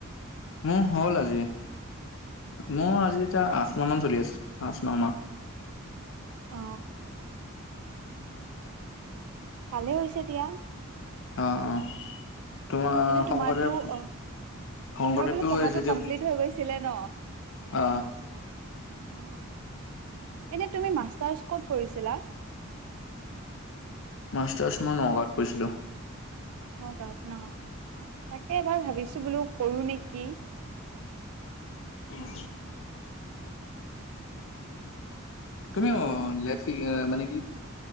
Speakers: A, on the left; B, on the right.
A: মোৰ হ'ল আজি মোৰ আজি এতিয়া আঠ ন মান চলি আছে আঠ ন মাহ
B: অ ভালেই হৈছে এতিয়া
A: অঁ অঁ তোমাৰ
B: এনে তোমাৰতো
A: শংকৰদেৱ
B: অ
A: শংকৰদেৱটো
B: তোমাৰ বোলো পঢ়াটো
A: যেতিয়া
B: কমপ্লিট হৈ গৈছিলে ন
A: অ
B: অ এনে তুমি মাষ্টাৰ্চ ক'ত কৰিছিলা?
A: মাষ্টাৰছ মই নগাৰ কৰিছিলো।
B: নগাঁৱত ন তাকে এবাৰ ভাবিছো বোলো কৰো নেকি।
A: উম তুমিও লে মানে কি